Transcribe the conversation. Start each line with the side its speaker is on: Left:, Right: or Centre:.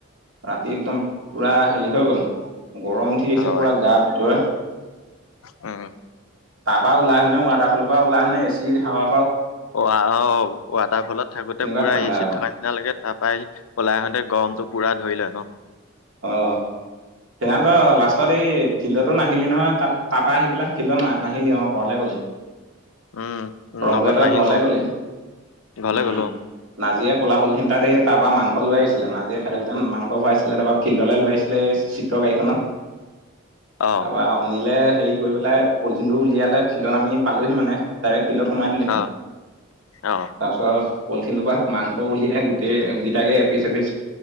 Right: ৰাতি একদম পুৰা হেৰি হৈ গ'ল গৰম উঠি উঠি গৈছে
Left: হয়,
Right: পুৰা গাৰ ভিতৰে।
Left: উম।
Right: তাৰপা ওলাই আহোঁতে, ৱাটাৰফলৰপৰা ওলাই আহোঁতে এচিৰ হাৱা
Left: অ' আ, ৱাটাৰফলত থাকোঁতে
Right: কেনেকুৱা
Left: পুৰা
Right: ঠাণ্ডা
Left: এচিত
Right: আকৌ
Left: থকা না লাগে তাৰ পৰা সি ওলাই আহোঁতে গৰমটো পুৰা ধৰি লয় ন'?
Right: অ', অ'। সিহন্ত লাষ্টত এই ফিল্ডতো নাহিলি নহয় তাত তাৰপা আহি পেলাই ফিল্ডত না-নাহিলি অ' ঘৰলৈ গ'ল ই।
Left: উম
Right: ৰন্তুহঁতৰ
Left: নগ নাহিলো
Right: ঘৰলে
Left: অ
Right: গলি
Left: ঘৰলে
Right: উম।
Left: গ'লো
Right: নাজিয়ে কলা পলিথিন এটা দি তাৰপৰা মাংস লৈ আহিছিলে। নাজিয়ীয়ে খাই থাকোঁতে মাংস খুৱাইছিলে তাৰপা ফিল্ডলৈ লৈ আহিছিলে এই চিট্ৰৰ গাড়ীখনত,
Left: অ
Right: তাৰপা অনিলে হেৰি কৰি পেলাই পলিথিনটো উলিয়ালে ফিল্ডত, আমি পালোঁহি মানে। ডাইৰেক্ট ফিল্ডত সোমাই দিলেহি।
Left: অ অ
Right: তাৰপিছত পলিথিনটোপা মাংস উলিয়াই গোটেইকেইটাকে এপিচ এপিচ